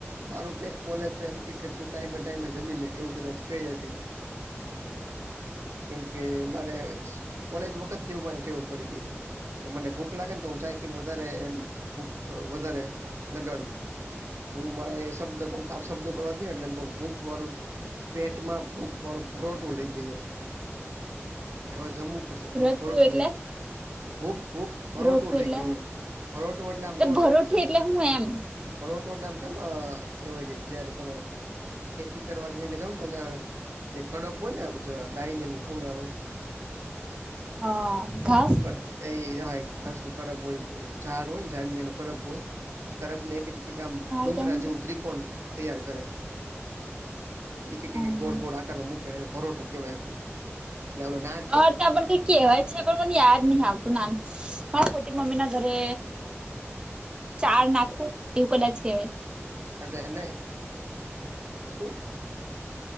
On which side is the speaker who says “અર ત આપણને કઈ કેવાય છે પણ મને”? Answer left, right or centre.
Right